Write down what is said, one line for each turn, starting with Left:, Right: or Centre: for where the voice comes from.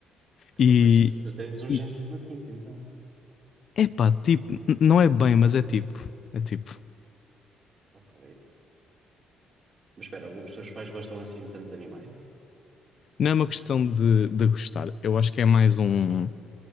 Right: Epá,
Left: E,
Right: mas tu tens um
Left: e
Right: gênio e uma quinta, então.
Left: epá, tipo, n- não é bem, mas é tipo, é tipo,
Right: Ok. Mas espera, os teus pais gostam assim tanto de animais?
Left: não é uma questão de, de gostar. Eu acho que é mais um,